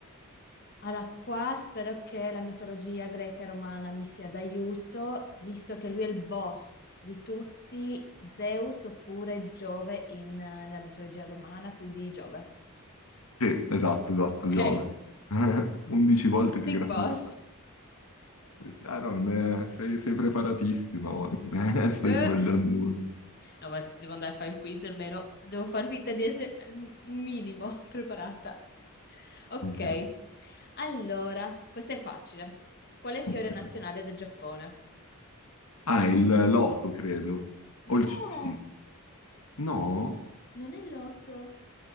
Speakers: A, on the left; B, on the left.
A: Allora, qua spero che la mitologia greca e romana mi sia d'aiuto, visto che lui è il boss di tutti, Zeus oppure Giove in- nella mitologia romana, quindi Giove.
B: Sì, esatto, esatto,
A: Ok?
B: Giove. <laughs> 11 volte
A: The
B: più
A: Big
B: grande
A: boss.
B: del Terra. Sì, sì. Ah, no, non è- sei, sei preparatissima, <laughs> oh, non è- <laughs> stai
A: Eh.
B: sbagliando uno.
A: No, ma se devo andare a fare il quiz, almeno devo far finta di essere al mi- un minimo <laughs> preparata. Ok,
B: Ok,
A: allora, questa è facile. Qual è il fiore
B: ok.
A: nazionale del Giappone?
B: Ah, il loto, credo.
A: No,
B: O il ci- sì. No?
A: non è l'otto.